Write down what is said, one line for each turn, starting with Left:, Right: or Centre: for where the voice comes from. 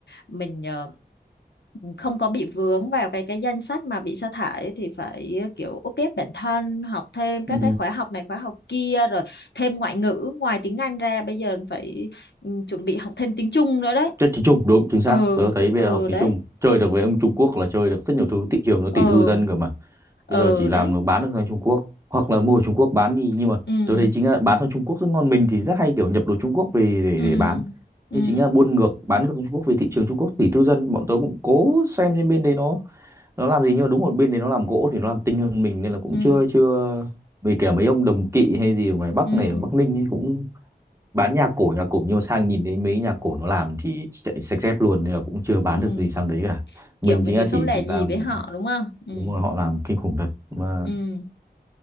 Left: mình ờ, không có bị vướng vào cái cái danh sách mà bị sa thải ấy thì phải ờ, kiểu update bản thân học thêm các
Right: ừ.
Left: cái khóa học này khóa học kia rồi thêm ngoại ngữ ngoài tiếng Anh ra bây giờ phải ừ, chuẩn bị học thêm tiếng Trung nữa đấy
Right: Chơi tiếng Trung đúng chính xác
Left: ừ
Right: tớ thấy bây
Left: ừ
Right: giờ học tiếng
Left: đấy
Right: Trung chơi được với ông Trung Quốc là chơi được rất nhiều thứ thị trường nó
Left: ừ
Right: tỷ tư dân cơ mà
Left: ừ
Right: bây giờ chỉ
Left: đấy
Right: làm nó bán được sang Trung Quốc hoặc là mua ở Trung Quốc bán đi nhưng mà
Left: ừ
Right: tớ thấy chính là bán sang Trung Quốc rất ngon mình thì rất hay kiểu nhập đồ Trung Quốc về để,
Left: ừ
Right: để bán
Left: ừ
Right: nhưng chính là buôn ngược bán ngược sang Trung Quốc về thị trường Trung Quốc tỷ tư dân bọn tớ cũng cố xem trên bên đấy nó nó làm gì nhưng mà đúng một bên đấy nó làm gỗ thì nó làm tinh hơn mình nên là cũng
Left: ừ
Right: chưa chưa về kể mấy ông đồng kỵ hay gì ở ngoài Bắc
Left: ừ
Right: này ở Bắc Ninh ấy cũng bán nhà cổ nhà cổ nhưng sang nhìn thấy mấy nhà cổ nó làm thì chạy sạch dép luôn nên là cũng chưa bán
Left: ừ
Right: được gì sang đấy cả mình
Left: kiểu mình
Right: chính
Left: mình
Right: là
Left: không
Right: chỉ
Left: lẻ
Right: chỉ
Left: gì
Right: làm
Left: với họ đúng không ừ
Right: đúng rồi họ làm kinh khủng thật mà
Left: ừ